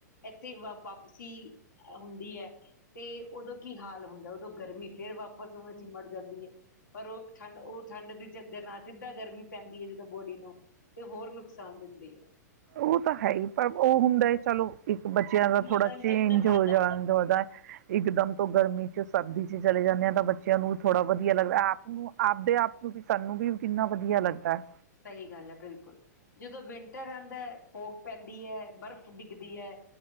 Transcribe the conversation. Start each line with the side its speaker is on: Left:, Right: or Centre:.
Left: ਇੱਥੇ ਵਾ ਵਾਪਸੀ ਹੁੰਦੀ ਹੈ, ਤੇ ਉਦੋਂ ਕੀ ਹਾਲ ਹੁੰਦਾ, ਉਦੋਂ ਗਰਮੀ ਫੇਰ ਵਾਪਸ ਉਵੇਂ ਚ ਮੜ ਜਾਂਦੀ ਹੈ। ਪਰ ਉਹ ਠੰਡ ਉਹ ਠੰਡ ਦੀ ਚੱਗਰ ਨਾ ਸਿੱਧਾ ਗਰਮੀ, ਪੈਂਦੀ ਹੈ, ਜਿੱਦੋਂ ਬੋਡੀ ਨੂੰ ਤੇ ਹੋਰ ਨੁਕਸਾਨ ਦਿੰਦੀ ਹੈ।
Right: ਉਹ ਤਾਂ ਹੈ ਹੀ ਪਰ ਉਹ ਹੁੰਦਾ ਹੈ, ਚਲੋ ਇੱਕ ਬੱਚਿਆਂ ਦਾ ਥੋੜਾ
Left: ਮਨੋਰੰਜਨ
Right: ਚੇਂਜ
Left: ਦਾ ਸਾਧਨ
Right: ਹੋ ਜਾਣਦਾ
Left: ਬਣ ਗਿਆ
Right: ਇਕਦਮ ਤੋਂ ਗਰਮੀ ਜੋ ਸਰਦੀ ਚ ਚਲੇ ਜਾਂਨੇ ਆ ਤਾਂ ਬੱਚਿਆਂ ਨੂੰ ਵੀ ਥੋੜ੍ਹਾ ਵਧੀਆ ਲੱਗਦਾ, ਆਪ ਨੂੰ ਆਪਦੇ ਆਪ ਨੂੰ ਵੀ ਸਾਨੂੰ ਵੀ ਕਿੰਨਾ ਵਧੀਆ ਲੱਗਦਾ ਹੈ।
Left: ਸਹੀ ਗੱਲ ਹੈ, ਬਿਲਕੁਲ ਜਦੋਂ ਵਿੰਟਰ ਆਦਾ ਹੈ। ਫੋਗ ਪੈਂਦੀ ਹੈ, ਬਰਫ਼ ਡਿੱਗਦੀ ਹੈ